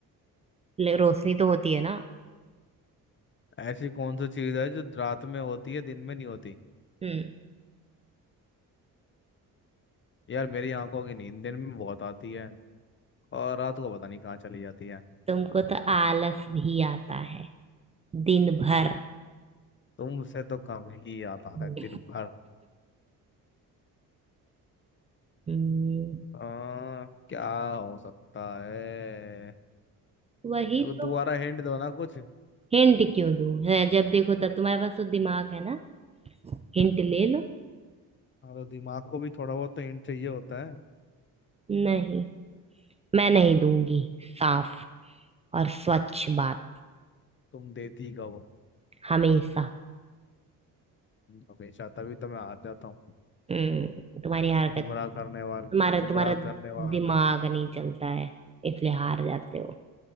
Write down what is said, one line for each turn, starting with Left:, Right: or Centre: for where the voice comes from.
Right: ले- रोशनी तो होती है ना
Left: ऐसी कौन सी चीज है जो रात में होती है दिन में नहीं होती
Right: हम्म
Left: यार मेरी आंखों की नींद दिन में बहुत आती है और रात को पता नहीं कहाँ चली जाती है
Right: तुमको तो आलस भी आता है दिन भर
Left: तुमसे तो कम ही आता
Right: <laughs>
Left: है दिन भर
Right: हम्म
Left: आ, क्या हो सकता है
Right: वही
Left: तो दोबारा
Right: तो
Left: हिंट दो ना कुछ हाँ
Right: हिंट क्यों दूं है जब देखो तब तुम्हारे पास तो दिमाग है ना हिंट ले लो
Left: तो दिमाग को भी थोड़ा बहुत तो हिंट चाहिए होता है
Right: नहीं मैं नहीं दूंगी साफ और स्वच्छ बात
Left: तुम देती का वो
Right: हमेशा
Left: हमेशा तभी तो मैं हार जाता हूँ
Right: हम्म तुम्हारी हरकत
Left: गुमराह करने वाले
Right: तुम्हारा
Left: गुमराह
Right: तुम्हारा
Left: करने वाले
Right: दिमाग नहीं चलता है इसलिए हार जाते हो